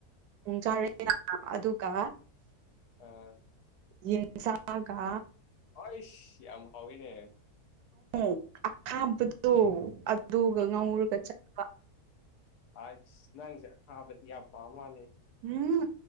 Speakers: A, on the right; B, on the left.
A: ꯆꯥꯔꯦ ꯑꯗꯨꯒ
B: ꯑ
A: ꯌꯦꯟꯁꯒꯥ
B: ꯑꯩꯏꯁ ꯌꯥꯝ ꯍꯥꯎꯋꯤꯅꯦ
A: ꯎ ꯑꯈꯥꯕꯗꯨ ꯑꯗꯨꯒ ꯉꯧꯔꯒ ꯆꯠꯄ
B: ꯑ ꯅꯪ ꯈꯥ ꯄꯇꯤ ꯌꯥꯝ ꯄꯃ
A: ꯎꯝ